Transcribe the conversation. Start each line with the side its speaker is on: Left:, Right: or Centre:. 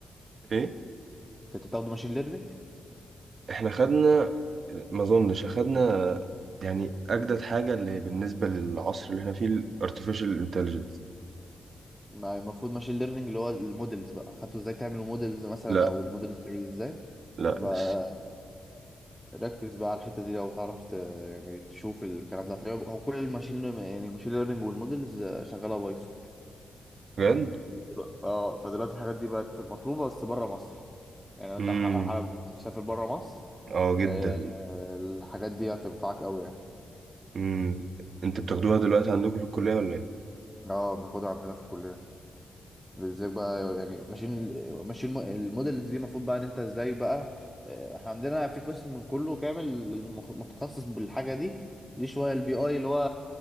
Right: ايه
Centre: كنت بتاخده ماشين ليرنينج
Right: احنا خدنا ما اظنش اخدنا يعني اجدد حاجة اللي بالنسبة للعصر اللي احنا فيه الارتفيشال انتليجنس
Centre: ما المفروض ماشين ليرنينج اللي هو المودلز بقى خدته ازاي تعمل مودلز مثلا
Right: لا
Centre: او المودلز بتعمل ازاي
Right: لا
Centre: بقى
Right: لسه
Centre: ركز بقى على الحته دي لو تعرف ت... يعني تشوف الكلام ده هتلاقيه هو كل الماشين يعني ماشين ليرنينج والمودلز شغاله بايثون
Right: بجد
Centre: دلوقتي- اه فدلوقتي الحاجات دي بقت مطلوبة بس بره مصر يعني لو انت
Right: امم
Centre: ح- حابب تسافر بره مصر
Right: اه جدا
Centre: آه، آه، الحاجات دي هتنفعك قوي يعني
Right: امم انتوا بتاخدوها دلوقتي عندكم في الكلية ولا ايه؟
Centre: اه بناخدها عندنا في الكلية بالذات بقى يعني ماشيين ماشيين الم- المودلز دي المفروض بقى ان انت ازاي بقى آه، احنا عندنا في قسم كله كامل المخ- متخصص بالحاجة دي ليه شوية البي اي اللي هو